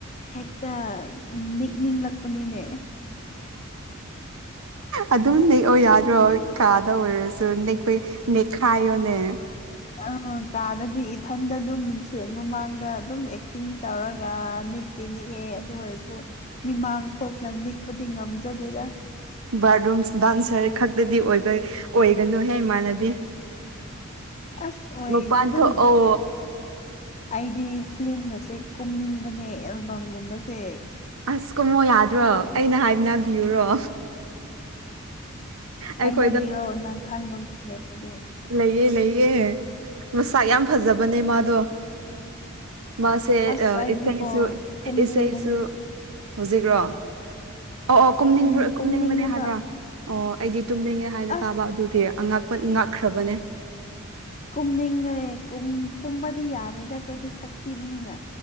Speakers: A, on the left; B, on the right.
A: ꯍꯦꯛꯇ ꯅꯤꯛꯅꯤꯡꯂꯛꯄꯅꯤꯅꯦ
B: ꯑꯗꯨꯝ ꯅꯤꯛꯑꯣ ꯌꯥꯗ꯭ꯔꯣ ꯀꯥꯗ ꯑꯣꯏꯔꯁꯨ ꯅꯤꯛ__ ꯀꯨꯏ ꯅꯦꯈꯥꯏꯌꯣꯅꯦ
A: ꯑꯧ ꯀꯥꯗꯗꯤ ꯏꯊꯟꯗ ꯑꯗꯨꯝ ꯃꯤꯡꯁꯦꯜ ꯃꯃꯥꯡꯗ ꯑꯗꯨꯝ ꯑꯦꯛꯇꯤꯡ ꯇꯧꯔꯒ ꯅꯤꯛ ꯇꯤꯅꯤꯛꯑꯦ ꯑꯗꯨ ꯑꯣꯏꯔꯁꯨ ꯃꯤꯃꯥꯡ ꯊꯣꯛꯅ ꯅꯤꯛꯄꯗꯤ ꯉꯝꯖꯗꯦꯗ
B: ꯕꯥꯠꯔꯨꯝ ꯗꯥꯟꯁꯔ ꯈꯛꯇꯗꯤ ꯑꯣꯏꯕ ꯑꯣꯏꯒꯅꯨꯍꯦ ꯏꯃꯥꯟꯅꯕꯤ
A: ꯑꯁ ꯑꯣꯏ
B: ꯃꯄꯥꯟ
A: ꯑꯗꯨꯝ
B: ꯊꯣꯛ ꯑꯣ
A: ꯑꯩꯗꯤ ꯐꯤꯂꯤꯝꯒꯁꯦ ꯀꯨꯝꯅꯤꯡꯕꯅꯦ ꯑꯦꯜꯕꯝꯒꯨꯝꯕꯁꯦ
B: ꯑꯁ ꯀꯨꯝꯃꯣ ꯌꯥꯗ꯭ꯔꯣ ꯑꯩꯅ ꯍꯥꯏꯅꯕꯤꯌꯨꯔꯣ
A: ꯍꯥꯏꯅꯕꯤꯌꯣ
B: ꯑꯩꯈꯣꯏꯗ
A: ꯅꯪ ꯈꯪꯕ ꯃꯤ ꯂꯩꯔꯗꯤ
B: ꯂꯩꯌꯦ ꯂꯩꯌꯦ ꯃꯁꯛ ꯌꯥꯝ ꯐꯖꯕꯅꯦ ꯃꯥꯗꯣ꯫ ꯃꯥꯁꯦ
A: ꯑꯁ
B: ꯑꯥ
A: ꯑꯩꯗꯤꯀꯣ
B: ꯏꯁꯩꯁꯨ
A: ꯀꯨꯝꯅꯤꯡꯕꯅꯦ
B: ꯏꯁꯩꯁꯨ ꯍꯧꯖꯤꯛꯔꯣ ꯑꯣ ꯑꯣ ꯀꯨꯝꯅꯤꯡꯕꯔ
A: ꯎꯝ
B: ꯑꯥ
A: ꯀꯨꯝꯅꯤꯡꯉꯦꯕ
B: ꯀꯨꯝꯅꯤꯡꯕꯅꯦ ꯍꯥꯏꯕ ꯑꯣ ꯑꯩꯗꯤ ꯇꯨꯝꯅꯤꯡꯉꯦ ꯍꯥꯏꯅ
A: ꯑꯁ
B: ꯇꯥꯕ ꯑꯗꯨꯒꯤ ꯑꯉꯛꯄ ꯉꯛꯈ꯭ꯔꯕꯅꯦ
A: ꯀꯨꯝꯅꯤꯡꯉꯦ ꯀꯨꯝ ꯀꯨꯝꯕꯗꯤ ꯌꯥꯔꯣꯏꯗ ꯑꯩꯈꯣꯏꯗꯤ ꯁꯛ ꯊꯤꯕꯅꯤꯅ꯫